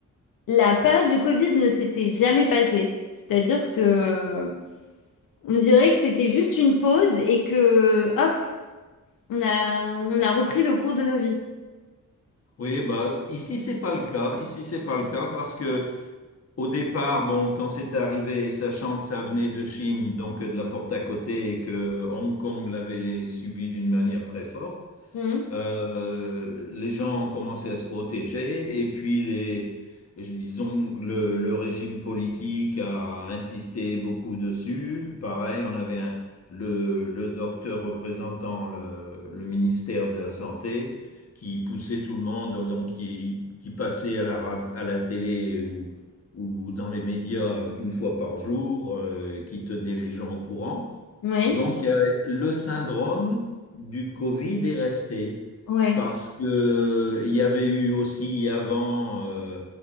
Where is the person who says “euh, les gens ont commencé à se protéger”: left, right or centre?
Left